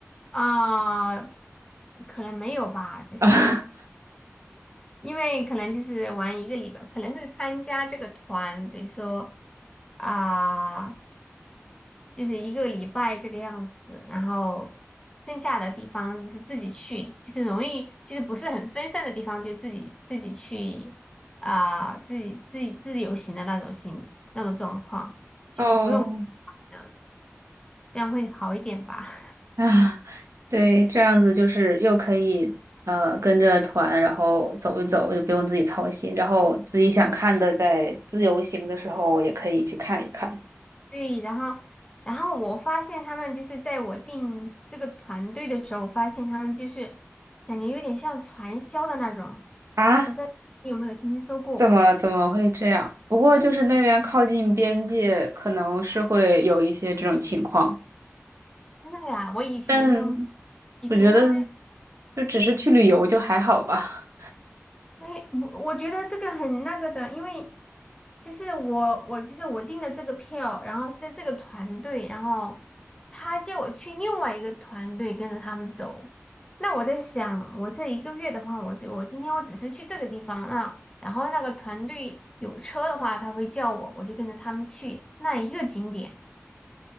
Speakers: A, on the left; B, on the right.
A: 啊、可能没有吧，就是我在想
B: <laughs> 啊
A: 因为可能就是玩一个礼拜，可能是参加这个团，比如说啊、就是一个礼拜这个样子，然后剩下的地方就是自己去，就是容易就是不是很分散的地方，就自己自己去啊、自己自己自由行的那种行那种状况。就不用，
B: 哦，
A: 呃这样会好一点吧？<laughs>
B: 啊，对，这样子就是又可以呃跟着团，然后走一走，就不用自己操心，然后自己想看的，在自由行的时候也可以去看一看。
A: 对，然后，然后我发现他们就是在我定这个团队的时候，我发现他们就是感觉有点像传销的那种，
B: 啊，
A: 不知道你有没有听说过？
B: 怎么怎么会这样？不过就是那边靠近边界，可能是会有一些这种情况，
A: 真的呀，我以前都
B: 但
A: 以前都没有。
B: 我觉得就只是去旅游就还好吧。
A: 对，我我觉得这个很那个的，因为就是我我就是我订的这个票，然后是在这个团队，然后他叫我去另外一个团队跟着他们走。那我在想，我这一个月的话，我就我今天我只是去这个地方啊，然后那个团队有车的话，他会叫我，我就跟着他们去那一个景点，